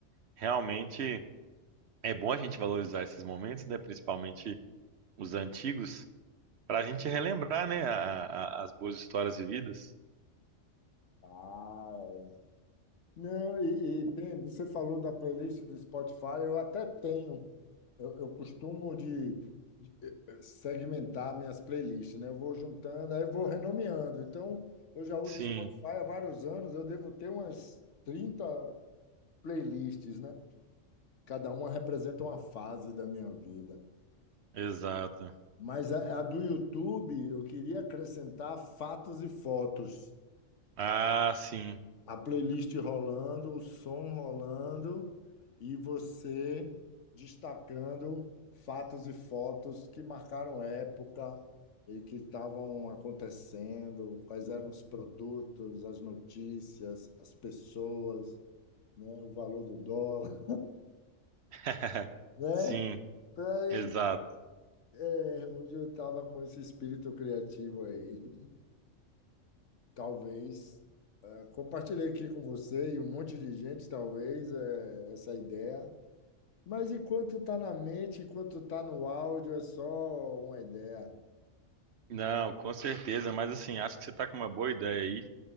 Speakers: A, on the right; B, on the left.
A: realmente é bom a gente valorizar esses momentos, né, principalmente os antigos, para a gente relembrar, né, a- a- as boas histórias vividas.
B: Ah, Não, e, e tem- você falou da playlist do Spotify, eu até tenho. Eu, eu costumo de, de, eh, eh, segmentar minhas playlists, né? Eu vou juntando, aí eu vou renomeando. Então, eu já uso
A: Sim,
B: Spotify há vários anos, eu devo ter umas 30 playlists, né? Cada uma representa uma fase da minha vida.
A: exato.
B: Mas a, a do YouTube, eu queria acrescentar fatos e fotos.
A: Ah, sim.
B: a playlist rolando, o som rolando e você destacando fatos e fotos que marcaram época e que estavam acontecendo, quais eram os produtos, as notícias, as pessoas, né, o valor do dólar,
A: <laughs>
B: <laughs> né?
A: Sim,
B: Então,
A: exato.
B: É, onde eu estava com esse espírito criativo aí. Talvez eh, compartilhei aqui com você e um monte de gente, talvez, eh, essa ideia. Mas enquanto tá na mente, enquanto tá no áudio, é só uma ideia.
A: Não, com certeza, mas assim, acho que você tá com uma boa ideia